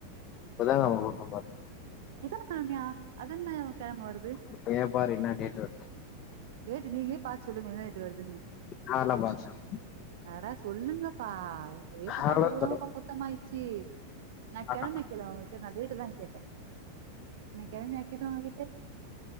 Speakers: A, on the left (about 35°); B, on the right (about 55°).
A: புதங்கெழம கூட்னு போ
B: எத்தன கெழமையா அதென்ன கெழம வருது
A: அப்படியே பாரு இன்னா டேட்டு வர்
B: டேட்டு நீங்ளே பாத்து சொல்லுங்க என்ன டேட்டு வருதுன்னு
A: நாலா பாத் சொல்ல
B: அட சொல்லுங்கப்பா ஒரு டேட்டு
A: அதெல்லா
B: பாக்கறது கூடவாப்பா
A: சொல்லு
B: குத்தமாய்ச்சு நா
A: ஆஹா.
B: கெழமை கேல உங்ககிட்ட நா டேட்டுதா கேட்டே நா கெழமயா கேட்ட உங்ககிட்ட